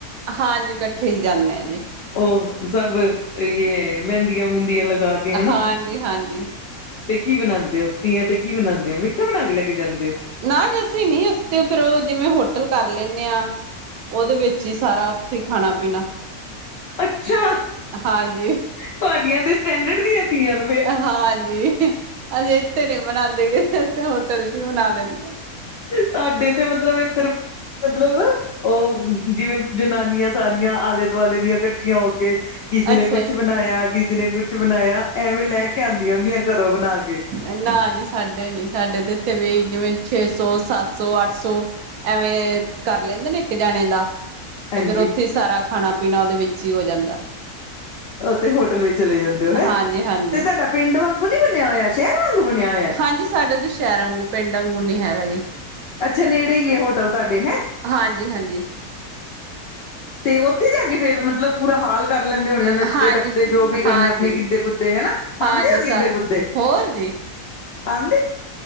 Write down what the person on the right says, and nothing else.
ਹਾਜੀ ਕੱਠੇ ਈ ਜਾਨੇ ਆ ਜੀ।
ਹਾਂਜੀ ਹਾਂਜੀ
ਨਾ ਜੀ ਅਸੀ ਨੀ ਅਸੀ ਤੇ ਫਿਰ ਓ ਜਿਵੇਂ ਹੋਟਲ ਕਰ ਲੈਨੇ ਆ ਓਦੇ ਵਿੱਚ ਈ ਸਾਰਾ ਉੱਥੇ ਈ ਖਾਣਾ-ਪੀਣਾ
ਹਾਂਜੀ
ਹਾਂਜੀ। ਅਸੀ ਇੱਥੇ ਨੀ ਮਨਾਂਦੇ ਗੇ ਅ ਹੋਟਲ ਚ ਈ ਮਨਾ ਲੈਨੇ
ਅੱਛਾ
ਜੀ।
ਅ ਨਾ ਜੀ ਸਾਡੇ ਨੀ ਸਾਡੇ ਤੇ ਏਥੇ ਵੀ ਜਿਵੇਂ ਛੇ ਸੋ, ਸੱਤ ਸੋ, ਅੱਠ ਸੋ ਐਵੇਂ, ਕਰ ਲੈਂਦੇ ਨੇ ਇੱਕ ਜਾਣੇ ਦਾ।
ਤੇ ਫਿਰ ਓਥੀ ਸਾਰਾ ਖਾਣਾ-ਪੀਣਾ ਓਦੇ ਵਿੱਚ ਈ ਹੋ ਜਾਂਦਾ।
ਹਾਂਜੀ ਹਾਂਜੀ
ਹਾਂਜੀ ਸਾਡੇ ਧ ਸ਼ੈਰ ਗੁੰ ਪਿੰਡ ਆਂਗੂੰ ਨੀ ਹੈਗਾ ਜੀ।
ਹਾਂਜੀ-ਹਾਂਜੀ।
ਹਾਂਜੀ
ਹਾਂਜੀ
ਹਾਂਜੀ ਸ
ਹੋਰ ਜੀ।